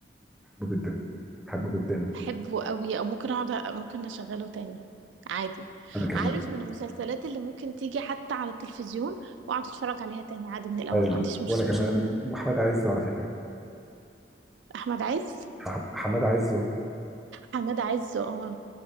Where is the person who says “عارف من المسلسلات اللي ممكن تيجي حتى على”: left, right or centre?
Right